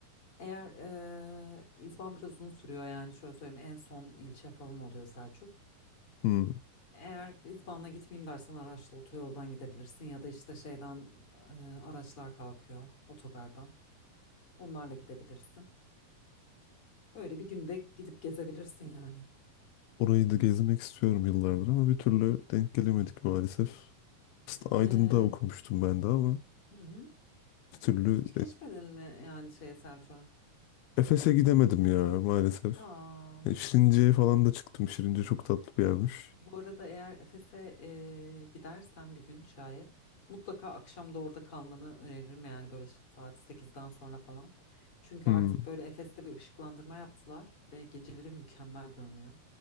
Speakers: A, on the left (about 35°); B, on the left (about 85°).
A: eğer e, İzban biraz uzun sürüyor yani şöyle söyleyeyim en son ilçe falan oluyor Selçuk.
B: Hmm.
A: Eğer İzban'la gitmeyeyim dersen araçla otoyoldan gidebilirsin ya da işte şeyden e, araçlar kalkıyor otogardan. Onlarla gidebilirsin. Öyle bir günde gidip gezebilirsin yani.
B: Orayı da gezmek istiyorum yıllardır ama bir türlü denk gelemedik maalesef. Aslında
A: Ee,
B: Aydın'da okumuştum ben de ama
A: hı hı.
B: bir türlü
A: Hiç geçmedin mi yani şeye Selçuk'a?
B: e, Efes'e gidemedim ya maalesef.
A: Aa,
B: E, Şirince'ye
A: çok üzücü.
B: falan da çıktım. Şirince çok tatlı bir yermiş.
A: Bu arada eğer Efes'e e, gidersen bir gün şayet mutlaka akşam da orada kalmanı öneririm yani böyle işte saat 8'den sonra falan. Çünkü
B: Hmm.
A: artık böyle Efes'te bir ışıklandırma yaptılar ve geceleri mükemmel görünüyor.